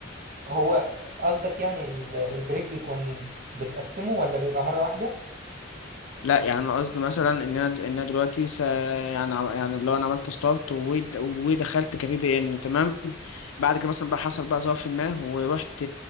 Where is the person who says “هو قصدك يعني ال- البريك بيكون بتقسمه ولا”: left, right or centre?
Right